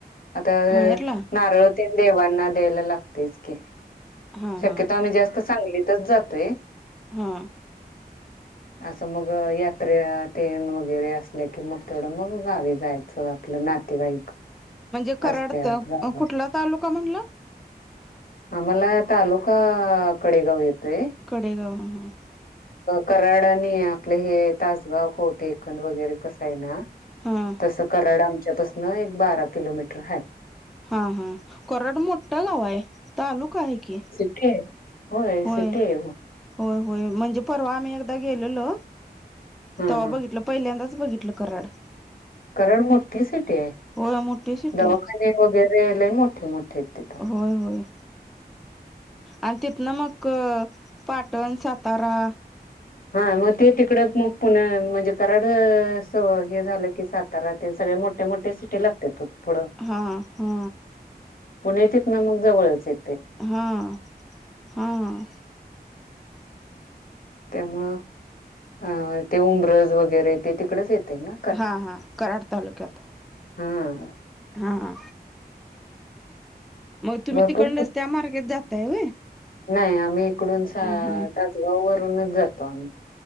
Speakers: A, on the left (about 60°); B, in the centre.
A: आता
B: माहेरला
A: नारळ त देवांना द्यायला लागतेच की.
B: हां
A: शक्यत
B: हां
A: आम्ही जास्त सांगली च जातोय.
B: हा.
A: असं मग यात्रे ते. वगैरे असल्या की मग तेवढं मग गावी जायचं आपलं नातेवाईक
B: म्हणजे कराडत
A: असत्यात गावात
B: कुठला तालुका म्हणलं
A: आम्हाला तालुका कडेगाव येतोय
B: कडेगाव ह हां
A: कराडनी आपले हे तासगाव खोटे एकंद वगैरे कसं आहे ना
B: हां हां
A: तस कराडा आमच्यापसन एक बारा किलोमीटर आहे
B: हा हा कराड मोठं गाव आहे तालुका आहे की
A: <inaudible>
B: होय
A: सिटी आहे
B: होय होय म्हणजे परवा आम्ही एकदा गेललो
A: हा
B: तेव्हा
A: हा
B: बघितलं पहिल्यांदाच बघितलं कराड
A: कराड मोठी सिटी आहे
B: हो मोठी सिटी
A: दवाखाने
B: आहे
A: वगैरे ल मोठे मोठे आहेत तिथं
B: होय होय आणि तीत न मक पाटण सातारा
A: हा मग ते तिकड मग पुन म्हणजे कराड अस हे झालं की सात तरात सगळ्या मोठे मोठ्या सिटी लागतात पुढे.
B: हा हा.
A: पुणे तिथे मग जवळच आहे.
B: हां हां ह.
A: त्यामुळं अ ते उमरज वगैरेेत तिकडेच येतय ना.
B: हा हा कराड तालुक्यात.
A: हम्म
B: हा मग तुम्ही
A: भरपूर
B: तिकडनच त्या मार्गेत जाताय होय
A: नाही आम्ही इकडून तास
B: हा
A: वरूनच जातो आम्ही